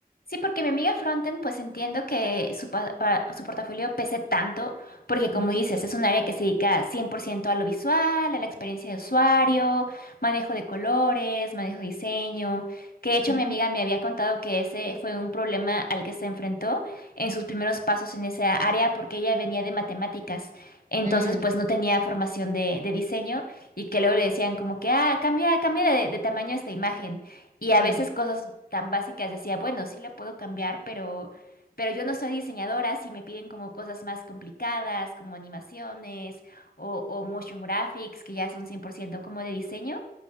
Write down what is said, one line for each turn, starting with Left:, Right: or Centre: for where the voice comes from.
Left: Sí, porque mi amiga Frontend, pues entiendo que su, pa- pa- su portafolio pese tanto, porque como
Right: Ujú,
Left: dices, es un área que se dedica 100% a lo visual, a la experiencia de usuario, manejo de colores, manejo de diseño, que de hecho
Right: ujú.
Left: mi amiga me había contado que ese fue un problema al que se enfrentó en sus primeros pasos en esa área, porque ella venía de matemáticas, entonces
Right: Mm,
Left: pues no tenía formación de, de diseño y que luego le decían como que, ah, cambia, cambia de de tamaño esta imagen. Y a
Right: mm,
Left: veces cosas tan básicas decía, bueno, sí la puedo cambiar, pero, pero yo no soy diseñadora, si me piden como cosas más complicadas, como animaciones o, o motion graphics, que ya son 100% como de diseño,